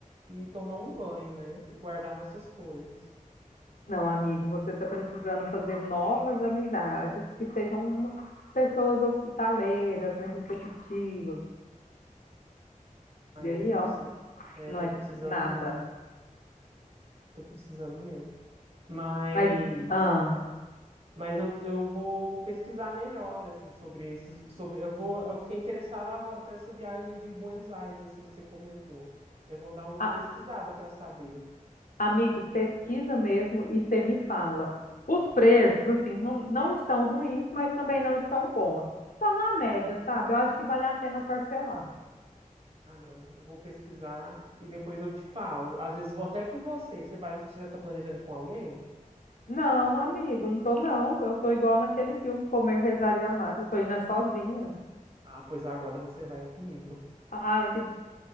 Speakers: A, on the right (about 45°); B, on the left (about 85°).
A: e tomar um banho, né? E guardar nossas coisas.
B: Não, amigo, você está precisando fazer novas amizades que sejam uma- pessoas hospitaleiras, né, receptivas.
A: Aí
B: E aí,
A: eu tô precisando,
B: ó,
A: eu
B: não
A: tô
B: é
A: precisando
B: nada.
A: mesmo. Tô precisando mesmo. Mas,
B: Mas, ah,
A: mas eu, eu vou pesquisar melhor, assim, sobre esses, sobre, eu vou, eu fiquei interessado agora para essa viagem de Buenos Aires, assim, que você comentou. Eu vou dar uma
B: a-
A: pesquisada para saber.
B: amigo, pesquisa mesmo e você me fala. Os preços, assim, não, não estão ruins, mas também não estão bons. Está na média, sabe? Eu acho que vale a pena parcelar.
A: Ah, não, eu vou pesquisar e depois eu te falo. Às vezes vou até com você. Você vai, já tá planejando com alguém?
B: Não, amigo, não tô não. Eu tô igual naquele filme Comer, Rezar e Amar. Eu tô indo é sozinha.
A: Ah, pois agora você vai comigo.
B: Ai, que